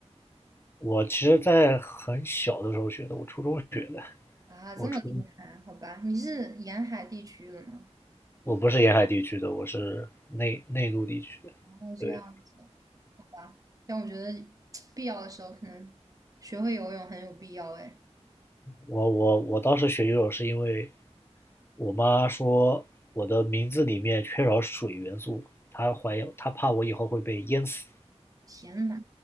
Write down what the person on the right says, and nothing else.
啊，
这么厉害，好吧？你是沿海地区的吗？
哦，
这样子，好吧。但我觉得 <tsk> 必要的时候可能学会游泳很有必要。哎，
天呐，